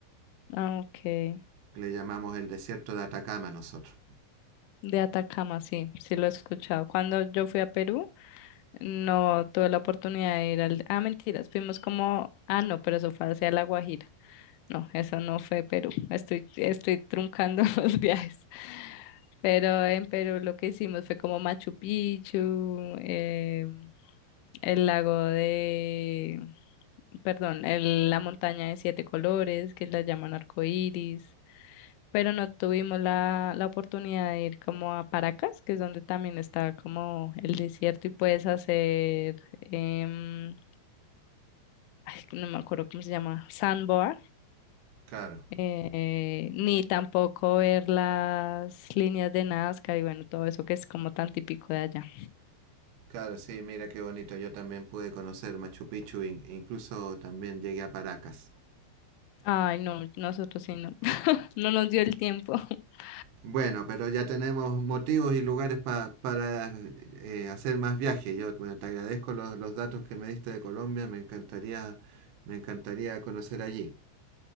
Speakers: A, on the left; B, on the right.
A: ah, ok.
B: Le llamamos el desierto de Atacama nosotros.
A: De Atacama, sí, sí lo he escuchado. Cuando yo fui a Perú, no tuve la oportunidad de ir al... Ah, mentiras, fuimos como... Ah, no, pero eso fue hacia La Guajira. No, eso no fue Perú. Estoy, estoy truncando <laughs> los viajes. Pero en Perú lo que hicimos fue como Machu Picchu, eh, el lago de... Perdón, el- la montaña de siete colores, que la llaman arcoíris. pero no tuvimos la, la oportunidad de ir como a Paracas, que es donde también está como el desierto y puedes hacer, em, ay, no me acuerdo cómo se llama, sandboard,
B: Claro,
A: eh, ni tampoco ver las líneas de Nazca y bueno, todo eso que es como tan típico de allá.
B: claro, sí, mira qué bonito. Yo también pude conocer Machu Picchu e incluso también llegué a Paracas.
A: Ay, no, nosotros sí no, <laughs> no nos dio el tiempo. <laughs>
B: Bueno, pero ya tenemos motivos y lugares pa- para eh, hacer más viajes. Yo bueno, te agradezco los, los datos que me diste de Colombia. Me encantaría, me encantaría conocer allí.